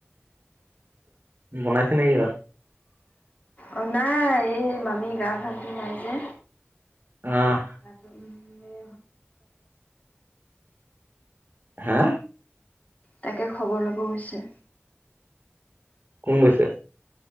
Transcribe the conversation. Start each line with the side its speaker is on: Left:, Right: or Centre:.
Right: বনাইছে নেকি ভাত।
Left: অ' নাই এই মামি গা ভালটো নাই যে।
Right: অ'।
Left: <inaudible> অৱশ্যে।
Right: হা
Left: তাকে খবৰ ল'ব গৈছে।
Right: কোন গৈছে।